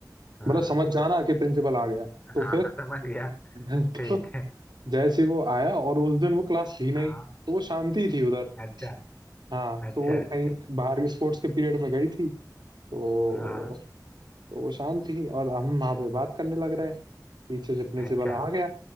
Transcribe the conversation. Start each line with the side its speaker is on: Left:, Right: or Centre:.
Left: हाँ
Right: मतलब समझ जाना कि प्रिंसिपल आ गया तो
Left: हाँ
Right: फिर
Left: हाँ,
Right: <laughs>
Left: समझ गया ठीक
Right: तो
Left: है
Right: जैसे ही वो आया और उस दिन वो क्लास थी नहीं
Left: हाँ
Right: तो वो शांति ही थी उधर
Left: अच्छा
Right: हाँ
Left: अच्छा
Right: तो वो
Left: अच्छा
Right: कहीं बाहर स्पोर्ट्स के पीरियड में गई थी तो
Left: हाँ
Right: तो वो शांत थी और हम वहां पे बात करने लग रहे हैं पीछे से प्रिंसिपल
Left: अच्छा
Right: आ गया